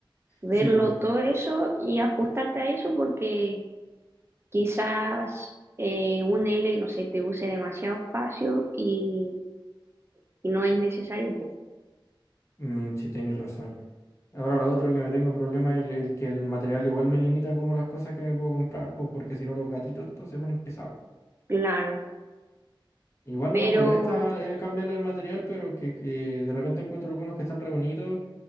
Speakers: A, on the right (about 30°); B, on the left (about 30°).
A: verlo
B: sí, pues,
A: todo eso y ajustarte a eso porque quizás eh, un L, no sé, te use demasiado espacio y, y no es necesario, pues
B: mm, sí tenéis razón. Ahora lo otro que me tengo problema es el, el que el material igual me limita como las cosas que me puedo comprar, pues porque si no los gatitos estos se ponen pesados.
A: claro,
B: Igual
A: pero
B: no me molesta eh, cambiarle el material, pero que, que de repente encuentro algunos que están re bonitos,